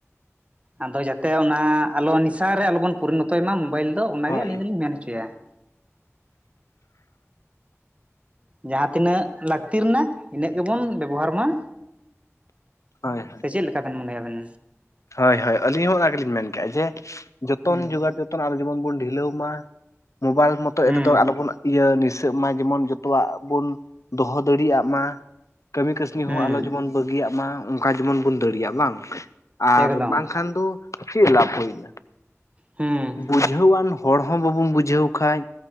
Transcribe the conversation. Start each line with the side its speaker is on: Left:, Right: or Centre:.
Right: ᱟᱫᱚ ᱡᱟᱛᱮ ᱚᱱᱟ ᱟᱞᱚ ᱱᱤᱥᱟ ᱨᱮ ᱟᱞᱚᱵᱚᱱ ᱯᱚᱨᱤᱱᱚᱛᱚᱭ ᱢᱟ ᱢᱳᱵᱟᱭᱤᱞᱼᱼ ᱛᱚ ᱚᱱᱟ
Left: ᱦᱳᱭ
Right: ᱜᱮ ᱟᱹᱞᱤᱧ ᱫᱚᱞᱤᱧ ᱢᱮᱱ ᱦᱚᱪᱚᱭᱟ ᱾ ᱡᱟᱦᱟᱸ ᱛᱤᱱᱟᱹᱜ ᱞᱟᱹᱠᱛᱤ ᱨᱮᱱᱟᱜ ᱤᱱᱟᱹᱜ ᱜᱮᱵᱚᱱ ᱵᱮᱵᱚᱦᱟᱨ ᱢᱟ ᱾
Left: ᱦᱳᱭ ᱦᱳᱭ
Right: ᱥᱮ ᱪᱮᱫ ᱞᱮᱠᱟ ᱵᱮᱱ ᱢᱚᱱᱮᱭᱟ ᱟᱵᱮᱱ?
Left: ᱦᱳᱭ ᱦᱳᱭ᱾ ᱟᱹᱞᱤᱧ ᱦᱚᱸ ᱚᱱᱟ ᱜᱮᱞᱤᱧ ᱢᱮᱱ ᱠᱮᱜᱼᱟ ᱡᱮ ᱡᱚᱛᱚᱱ
Right: ᱦᱩᱸ
Left: ᱡᱚᱜᱟᱲ ᱟᱞᱚ ᱡᱮᱢᱚᱱ ᱵᱚᱱ ᱰᱷᱤᱞᱟᱹᱣ ᱢᱟ ᱢᱳᱵᱟᱭᱤᱞ ᱢᱚᱛᱚᱡ
Right: ᱦᱩᱸ
Left: ᱨᱮ ᱫᱚ ᱟᱞᱚ ᱵᱚᱱ ᱼᱼ ᱤᱭᱟᱹ ᱱᱤᱥᱟᱹᱜ ᱢᱟ ᱡᱮᱢᱚᱱ ᱡᱚᱛᱚᱣᱟᱜ ᱵᱚᱱ ᱫᱚᱦᱚ ᱫᱟᱹᱲᱤᱭᱟᱜ ᱢᱟ ᱾ ᱠᱟᱹᱢᱤ ᱠᱟᱹᱥᱱᱤ
Right: ᱦᱩᱸ
Left: ᱦᱚᱸ ᱟᱞᱚ ᱡᱮᱢᱚᱱ ᱵᱟᱹᱜᱤᱭᱟᱜ ᱢᱟ ᱚᱱᱠᱟ ᱡᱮᱢᱚᱱ ᱵᱚᱱ ᱫᱟᱹᱲᱤᱭᱟᱜ ᱵᱟᱝ? ᱟᱨ
Right: ᱮᱠᱫᱚᱢ
Left: ᱵᱟᱝ ᱠᱷᱟᱱ ᱫᱚ ᱪᱮᱫ ᱞᱟᱵᱷ ᱦᱳᱭ ᱮᱱᱟ?
Right: ᱦᱩᱸ
Left: ᱵᱩᱡᱷᱟᱹᱣᱟᱱ ᱦᱚᱲ ᱦᱚᱸ ᱵᱟᱵᱚᱱ ᱵᱩᱡᱷᱟᱹᱣ ᱠᱷᱟᱡ